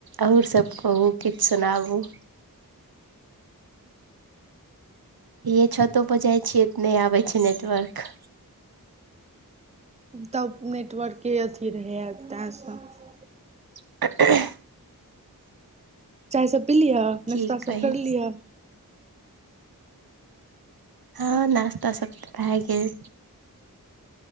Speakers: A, on the right; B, on the right.
A: अहुं सब कहु किछ सुनाबु। येऽछतो पर जाइ छियैत नय आबै छै नेटवर्क।
B: तब नेटवर्के अथी रहैअ तैं सांत
A: <unintelligible>
B: चायसब पीलीअ
A: की
B: नाश्ता
A: कही
B: सब कैर लीअ।
A: हं नाश्ता सब त भैऽ गेल।